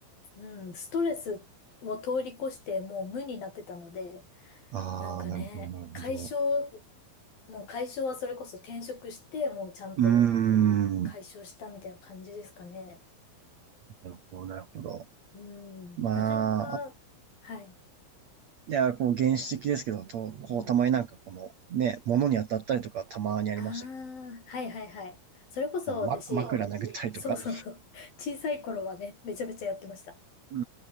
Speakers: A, on the left (about 45°); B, on the right (about 70°).
A: う、うん、ストレスを通り越してもう無になってたので、
B: ああ、
A: なんかね、
B: なるほど、なるほど。
A: 解消もう解消はそれこそ転職して、もうちゃんと
B: うーん。
A: 解消したみたいな感じですかね。
B: なるほど、なるほど。
A: うん。
B: ま
A: なかなか、
B: あ、あ
A: はい。
B: いや、こう、原始的ですけど、と、こう、
A: うん。
B: たまになんかこの、ね、物に当たったりとかたまにありましたけど
A: ああ、はいはいはい。それこそ私、
B: あの、ま、枕殴ったりとか。
A: そうそうそう。小さい頃はね、めちゃめちゃやってました。
B: う